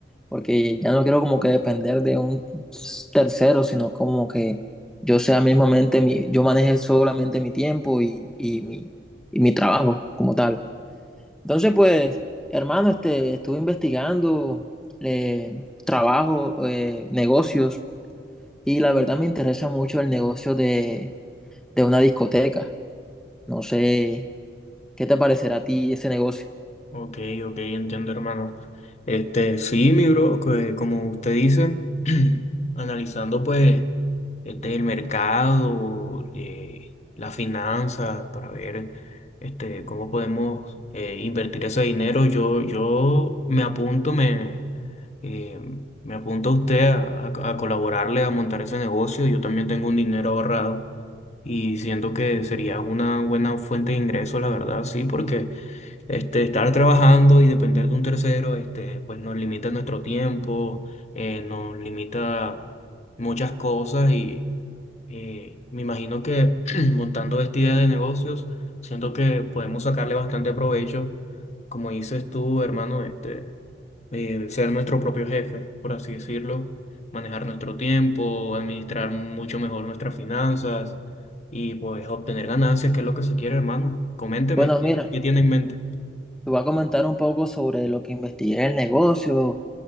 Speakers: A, in the centre; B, on the left (about 35°).
A: porque ya no quiero como que depender de un tercero, sino como que yo sea mismamente, mi, yo maneje solamente mi tiempo y, y mi, y mi trabajo como tal. Entonces, pues, hermano, este, estuve investigando eh, trabajo, eh, negocios, y la verdad me interesa mucho el negocio de, de una discoteca. No sé, ¿qué te parecerá a ti ese negocio?
B: Ok, ok, entiendo, hermano. Este, sí, mi bro, que como usted dice, <clears throat> analizando pues este, el mercado, eh, las finanzas, para ver este, cómo podemos eh, invertir ese dinero, yo, yo me apunto, me, eh, me apunto a usted a, a- a colaborarle, a montar ese negocio. Yo también tengo un dinero ahorrado y siento que sería una buena fuente de ingreso, la verdad, sí, porque... Este, estar trabajando y depender de un tercero, este, pues nos limita nuestro tiempo, eh, nos limita muchas cosas y eh, me imagino que <clears throat> montando esta idea de negocios, siento que podemos sacarle bastante provecho, como dices tú, hermano, este, eh, ser nuestro propio jefe, por así decirlo, manejar nuestro tiempo, administrar mucho mejor nuestras finanzas y pues obtener ganancias, que es lo que se quiere, hermano. Coménteme,
A: Bueno,
B: ¿qué,
A: mira,
B: qué tiene en mente?
A: te voy a comentar un poco sobre lo que investigué en el negocio